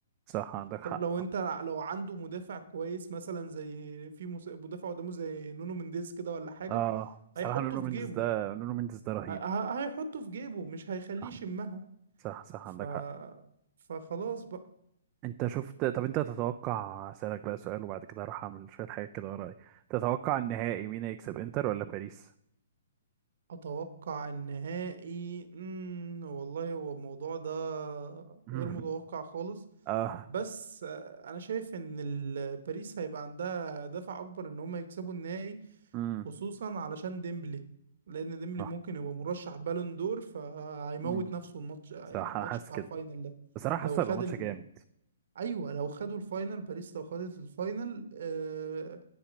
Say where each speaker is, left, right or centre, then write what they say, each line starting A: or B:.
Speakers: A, on the right; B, on the right.
A: صح عندك
B: طب
A: حق
B: لو انت لو عنده مدافع كويس مثلا زي في مس- مدافع قدامه زي نونو مينديز كده ولا حاجة
A: اه بصراحة
B: هيحطه
A: نونو مينديز
B: في جيبه
A: ده نونو مينديز ده رهيب
B: ه- ه- هيحطه في جيبه مش هيخليه
A: صح
B: يشمها
A: صح صح
B: ف
A: عندك حق
B: فخلاص بقى
A: انت شفت طب انت تتوقع اسألك بقى سؤال وبعد كده هروح اعمل شوية حاجات كده ورايا تتوقع النهائي مين هيكسب انتر ولا باريس؟
B: اتوقع النهائي مم، والله هو الموضوع ده
A: <laughs> مم.
B: غير متوقع خالص
A: اه
B: بس آه، انا شايف ان ال- باريس هيبقى عندها دافع اكبر ان هم يكسبوا النهائي
A: امم
B: خصوصا علشان ديمبلي لان ديمبلي
A: اه
B: ممكن يبقى مرشح بالون دور فهيموت
A: امم
B: نفسه الماتش آه،
A: صح
B: الماتش
A: انا حاسس
B: بتاع
A: كده
B: الفاينل ده
A: بصراحة
B: لو
A: حاسه
B: خد
A: هيبقى ماتش
B: ال...
A: جامد
B: ايوه لو خدوا الفاينل باريس لو خدت الفاينل آه،